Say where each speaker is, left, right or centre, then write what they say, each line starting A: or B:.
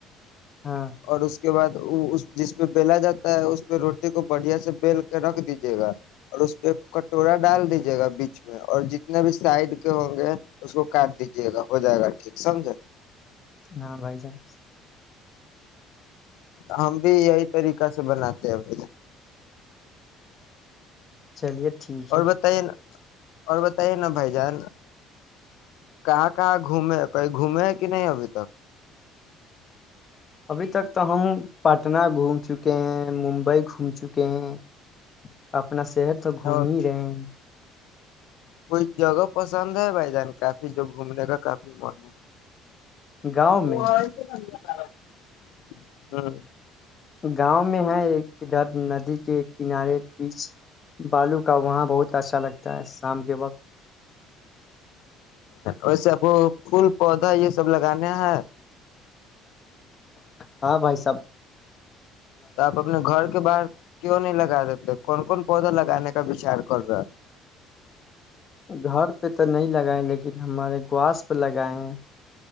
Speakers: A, on the left (about 30°); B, on the left (about 85°).
A: ہاں
B: اور اس کے بعد وہ جس پہ بیلا جاتا ہے اس پہ روٹی کو بڑھیا سے بیل کے رکھ دیجیے گا اور اس پہ کٹورا ڈال دیجیے گا بیچ میں اور جتنے بھی سائڈ کے ہوں گے اس کو کاٹ دیجیے گا ہو جائے گا ٹھیک سمجے
A: ہاں بھائی چانس
B: ہم بھی یہی طریقہ سے بناتے ہیں ب
A: چلیے ٹھیک
B: اور
A: ہے
B: بتائے نا اور بتائیے نا بھائی جان کہاں کہاں گھومے کوئی گھومے کہ نہیں ابھی تک
A: ابھی تک تو ہم پٹنہ گھوم چکے ہیں ممبئی گھوم چکے ہیں اپنا شہر تو گھوم
B: اور
A: ہی رہے ہیں
B: کوئی جگہ پسند ہے بھائی جان کافی جو گھومنے کا کافی من ہے
A: گاؤں میں
B: وہ آیی سے ہمم
A: گاؤں میں ہے ایک، ادھر ندی کے کنارے بیچ بالو کا وہاں بہت اچھا لگتا ہے شام کے وقت
B: ویسے آپ کو پھول پودا یہ سب لگانا ہے
A: ہاں بھائی سب
B: تو آپ اپنے گھر کے باہر کیوں نہیں لگا دیتے کون کون پودا لگانے کا وچار کر رہا ہے
A: گھر پہ تو نہیں لگائے لیکن ہمارے گواس پہ لگائے ہیں